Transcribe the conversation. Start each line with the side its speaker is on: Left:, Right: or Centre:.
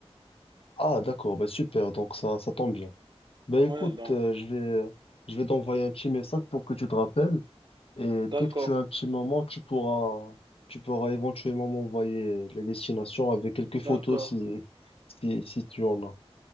Left: Ah, d'accord, bah super, donc ça, ça tombe bien. Ben
Right: Ouais,
Left: écoute,
Right: donc,
Left: euh, je vais, je vais t'envoyer un petit message pour que tu te rappelles. Et dès
Right: d'accord,
Left: que tu as un petit moment, tu pourras, tu pourras éventuellement m'envoyer les destinations avec quelques photos
Right: d'accord.
Left: si, si, si tu en as.